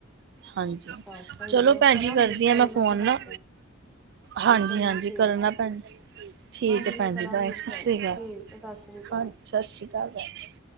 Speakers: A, on the right; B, in the centre.
A: ਹਾਂਜੀ
B: ਅੱਛਾ ਸਹੀ
A: ਚਲੋ
B: ਹੈ
A: ਭੈਣ
B: ਕਰਾਂਗੀ
A: ਜੀ ਕਰਦੀ
B: ਟਰਾਈ
A: ਹਾਂ ਮੈਂ ਫੋਨ
B: ਬਣਾ
A: ਨਾ
B: ਕੇ
A: ਹਾਂਜੀ
B: ਚਲੋ
A: ਹਾਂਜੀ
B: ਠੀਕ
A: ਕਰਨਾ ਪੈਣ ਠੀਕ
B: ਹਾਂਜੀ
A: ਹੈ
B: ਮੈਂ
A: ਭੈਣ
B: ਕਰਾਂਗੀ
A: ਜੀ ਭਾ ਸਤਿ
B: ਟਰਾਈ
A: ਸ੍ਰੀ ਅਕਾਲ
B: ਠੀਕ ਹੈ ਸਤਿ ਸ੍ਰੀ ਅਕਾਲ
A: ਹਾਂ ਸਤਿ ਸ਼੍ਰੀ ਅਕਾਲ